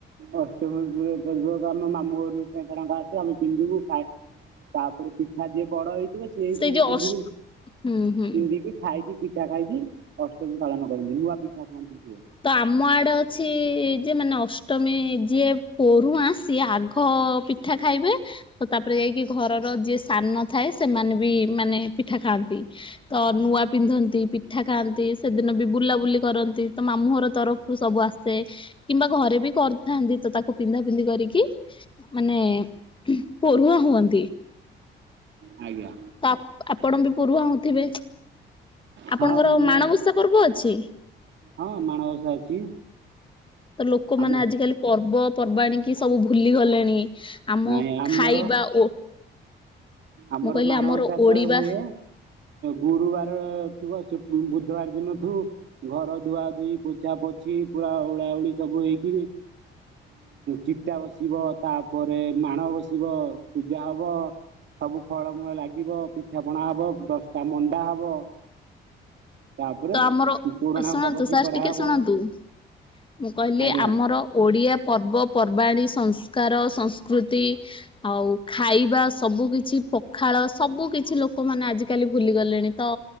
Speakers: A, on the right; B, on the left.
A: ଅଷ୍ଟମୀ ପ ପକ ଆମ ମାମୁ ଘରୁ କୋ ଟଙ୍କା ଆସେ ଆମେ ପିନ୍ଧିବୁ ଖାଇ ତାପରେ ପିଠା ଯିଏ ବଡ ହେଇଥିବ ସିଏ
B: ସେଇ
A: ବି
B: ଯୋଉ
A: ପିନ୍ଧିବି
B: ଅଷ୍ଟ ହୁଁ ହୁଁ
A: ପିନ୍ଧିକି ଖାଇକି ପିଠା ଖାଇକି ଅଷ୍ଟମୀ ପାଳନ କରନ୍ତି ନୂଆ ପିଠା ଖାଆନ୍ତି ସିଏ
B: ତ ଆମ ଆଡେ ଅଛି ଯେ ମାନେ ଅଷ୍ଟମୀ ଯିଏ ପରୁଆଁ ସିଏ ଆଗ ପିଠା ଖାଇବେ। ତ ତାପରେ ଯାଇକି ଘରର ଯିଏ ସାନ ଥାଏ ସେମାନେ ବି ମାନେ ପିଠା ଖାଆନ୍ତି। ତ ନୂଆ ପିନ୍ଧନ୍ତି ପିଠା ଖାଆନ୍ତି ସେଦିନ ବି ବୁଲାବୁଲି କରନ୍ତି। ତ ମାମୁଁ ଘର ତରଫରୁ ସବୁ ଆସେ କିମ୍ବା ଘରେ ବି କରିଥାନ୍ତି ତ ତାକୁ ପିନ୍ଧା ପିନ୍ଧି କରିକି ମାନେ ପରୁଆଁ ହୁଅନ୍ତି।
A: ଆଜ୍ଞା
B: ତ ଆପଣ ବି ପୁରୁଆଁ ହଉଥିବେ
A: ହଁ
B: ଆପଣଙ୍କର
A: ମୁଁ
B: ମାଣବଶ ପର୍ବ ଅଛି।
A: ହଁ ମାଣବସା ଅଛି।
B: ତ ଲୋକମାନୋନ
A: ଆମ
B: ଆଜିକାଲି ପର୍ବ ପର୍ବାଣି କି ସବୁ ଭୁଲି ଗଲେଣି ଆମ
A: ଏ ଆମର
B: ଖାଇବା ଓ
A: ଆମର
B: ମୁଁ କହିଲି
A: ମାଣବସା
B: ଓଡିବା
A: ତେଳ ହୁଏ ଗୁରୁବାର ଥିବ ଶୁ ବୁଧବାର ଦିନ ଠୁ ଘର ଧୁଆ ଧୁଇ ପୋଛା ପୋଛି ପୁରା ଉଳା ଓଳି ସବୁ ହେଇକିରି ଚିତା ବସିବ ତାପରେ ମାଣ ବସିବ ପୂଜା ହବ। ସବୁ ଫଳମୂଳ ଲାଗିବ, ପିଠାପଣା ହବ, ଦଶଟା ମଣ୍ଡା ହବ। ତାପରେ
B: ତ ଆମର
A: ପୁରାଣ
B: ଶୁଣନ୍ତୁ,
A: ହଙ୍କା ବସି
B: ସାର୍
A: ପଢା
B: ଟିକେ
A: ହବ
B: ଶୁଣନ୍ତୁ। ମୁଁ କହିଲି
A: ଆଜ୍ଞା
B: ଆମର ଓଡିଆ ପର୍ବ ପର୍ବାଣୀ, ସଂସ୍କାର, ସଂସ୍କୃତି ଆଉ ଖାଇବା ସବୁ କିଛି ପଖାଳ ସବୁ କିଛି ଲୋକମାନେ ଆଜିକାଲି ଭୁଲି ଗଲେଣି ତ